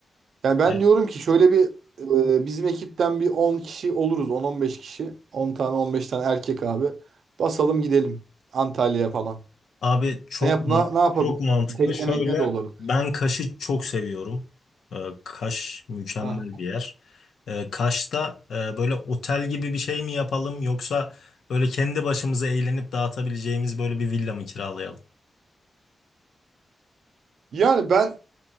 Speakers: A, on the right; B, on the left.
A: Yani ben
B: Evet.
A: diyorum ki şöyle bir e, bizim ekipten bir 10 kişi oluruz 10-15 kişi 10 tane 15 tane erkek abi basalım gidelim Antalya'ya falan.
B: Abi çok
A: Ne yap
B: man-
A: ne, ne yapabilir?
B: çok mantıklı.
A: Teklemek
B: Şöyle
A: ne de olabilir.
B: ben Kaş'ı çok seviyorum. Ee, Kaş mükemmel
A: Ha.
B: bir yer. Ee, Kaş'ta e, böyle otel gibi bir şey mi yapalım yoksa böyle kendi başımıza eğlenip dağıtabileceğimiz böyle bir villa mı kiralayalım?
A: Yani ben